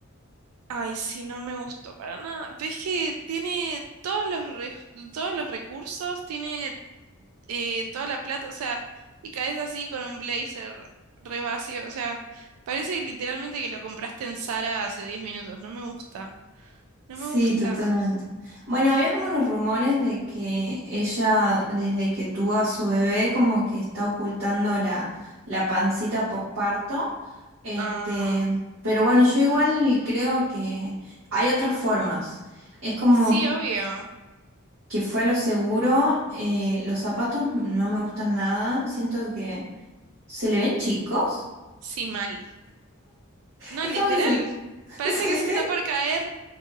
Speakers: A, on the right; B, on the right.
A: Ay, sí, no me gustó para nada. Ves que tiene todos los, re- todos los recursos, tiene eh, toda la plata, o sea, y caes así con un blazer re vacío, o sea, parece literalmente que lo compraste en Zara hace 10 minutos. No me gusta, no
B: Sí,
A: me gusta.
B: totalmente. Bueno, había como unos rumores de que ella, desde que tuvo a su bebé, como que está ocultando la, la pancita posparto. Este,
A: Ah,
B: pero bueno, yo igual creo que hay otras formas. Es como
A: sí, obvio.
B: que fue a lo seguro. eh, los zapatos no me gustan nada. Siento que se le ven chicos.
A: Sí, mal. No,
B: Es
A: literal.
B: como que se le, <laughs>
A: Parece
B: se
A: que
B: le estén-
A: se está por caer.